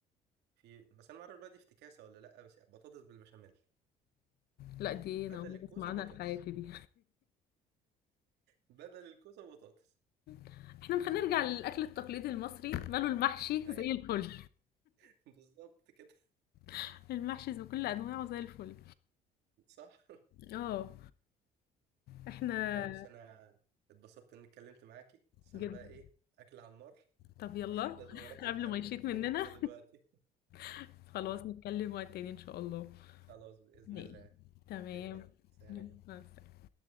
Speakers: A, on the right; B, on the left.
A: في بس انا ما اعرف بقى دي افتكاسه ولا لا بس بطاطس بالبشاميل
B: لا دي
A: بدل
B: انا اول
A: الكوسه
B: مرة اسمع عنها
A: بطاطس
B: في حياتي دي
A: بدل الكوسه بطاطس
B: <laughs> احنا مش هنرجع للاكل التقليدي المصري ماله المحشي
A: ايوه
B: زي الفل
A: <laughs> بالظبط كده
B: <laughs> المحشي بكل انواعه زي الفل
A: صح
B: اه احنا
A: لا بص انا اتبسطت اني اتكلمت معاكي بس
B: جدا
A: انا بقى ايه اكل على النار
B: طب يلا
A: لازم اروح
B: <laughs>
A: الحق
B: قبل
A: اللي
B: ما يشيط
A: في الفرن
B: مننا
A: ده دلوقتي
B: <laughs> خلاص نتكلم وقت تاني ان شاء الله
A: خلاص باذن
B: ماشي
A: الله
B: تمام
A: يلا سلام
B: مع السلامة.